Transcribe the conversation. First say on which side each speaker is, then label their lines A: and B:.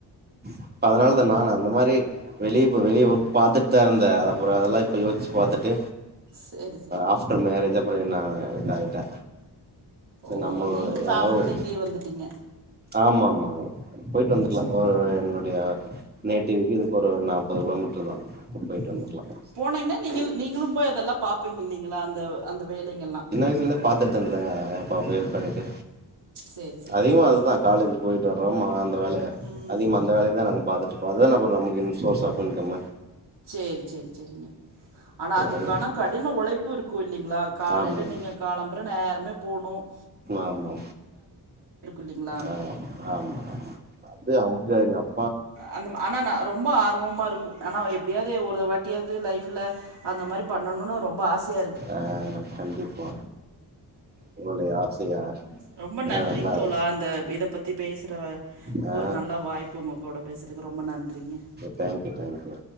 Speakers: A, on the right; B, on the right.
A: ப்ப அதனால தானே நான் அந்த மாரி வெளிய ப்போ வெளிய ஒர்க் பாத்துட்டு தா இருந்த அப்புற அதெல்லா இப்ப யோச்சு பாத்துட்டு
B: சேரி சேரி
A: ஆஃப்டர் மேரேஜ் அப்புற என்ன நான் இதாயிட்டே
B: ஓ
A: நம்மள
B: நீங்களு
A: யாராவது
B: ஃபேமிலியோட
A: ஒரு
B: இங்கேயே வந்துட்டீங்க
A: ஆமா ஆமாங் போயிட்டு வந்துக்கலா
B: சேரி
A: ஒரு என்னுடைய நேட்டிவுக்கு இதுக்கு ஒரு நாற்பது கிலோமீட்டர் தா போயிட்டு
B: ம்
A: வந்துக்கலா
B: போனிங்கன்னா நீங்க நீங்களு போய் அதெல்லாம் பாப்பீங்க இல்லிங்களா அந்த அந்த வேலைங்கல்லா
A: ல்ல பாத்துட்தா இருந்தங அப்ப அப்ப ஹெல்ப் பண்ணிட்டு
B: சேரி சேரி
A: அதிகமா
B: சேரி
A: அதுதா
B: சேரி
A: காலேஜ் போயிட்டு வந் ஆம்மா அந்த வேலைய
B: ம்
A: அதிகம அந்த வேலைய தான் நாங்க பாத்துட் மொதல் ஆஃபர் நமக்கு இன் சோர்ஸ் ஆஃப் இன்கம்மே
B: சேரி சேரி சேரிங்க ஆனா அதுக்கான
A: அது
B: கடின உழைப்பு இருக்கு இல்லைங்ளா காலையில
A: ஆமாம்
B: நீங்க காலம்புற நேரமே போணு உம்
A: ஆமா
B: இல்லைங்களா
A: ஆஹ ஆமா அப்டியே அவுங்க எங்க அப்
B: அந்த ஆனா நா ரொம்ப ஆர்வமா இருக்கு ஆனா எப்படியாது ஒரு வாட்டியாது லைஃப்ல அந்த மாரி பண்ணணும்னு ரொம்ப ஆசைய
A: ஆஹ் கண்டிப்பா உங்களுயைய ஆசையா
B: ரொம்ப
A: ஏன்னா
B: நன்றிங்
A: நல்லா
B: தோழா அந்த இத பத்தி பேசுற
A: ஆ
B: ஒரு நல்ல வாய்ப்பு உங்க கூட பேசுன ரொம்ப நன்றிங்க
A: தேங்க் யூ தேங்க் யூ